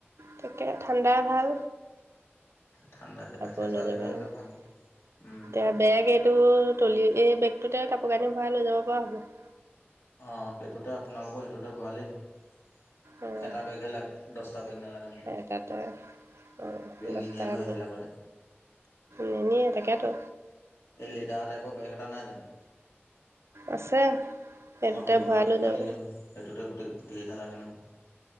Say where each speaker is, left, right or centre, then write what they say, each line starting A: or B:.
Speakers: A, on the right; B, on the left.
A: তাকে ঠাণ্ডা ভাল।
B: ঠাণ্ডা জেগা
A: কাপোৰ
B: চেঁচা
A: লৈ
B: জেগা
A: যাব লাগিব,
B: হ'লে ভাল উম
A: এয়া বেগ এইটো ত্ৰলি এই বেগটোতে কাপোৰ কানি ভৰাই লৈ যাব পৰা হ'ব।
B: অহ, সেইটোতে আপোনালোকৰ সেইটোতে ভৰালে হ'ব।
A: উম
B: এটা বেগহে লাগে। দহটা বেগ নালাগে ন
A: এটাতে উম, দহটা
B: নিনিয়ে নহয়
A: আমি
B: সেইবিলাকলে
A: নিনিয়ে তাকেতো।
B: এই লেডাৰৰ টাইপৰ বেগ এটা নাই জানোঁ।
A: আছে সেইটোতে
B: অহ, তেনেকুৱা
A: ভৰাই
B: বেগ
A: লৈ
B: এটা
A: যাব
B: নিলে হ'ল, সেইটোতে গোটেই ঢেৰ নালাগে নহয়।